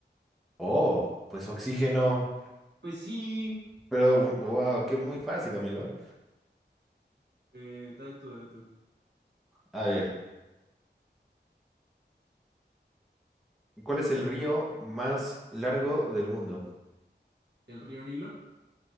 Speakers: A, in the centre; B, on the right.
A: Oh, pues oxígeno.
B: Pues sí.
A: Pero, wow, qué muy fácil, amigo.
B: Eh, dale tú, dale tú.
A: A ver. ¿Cuál es el río más largo del mundo?
B: ¿El río Nilo?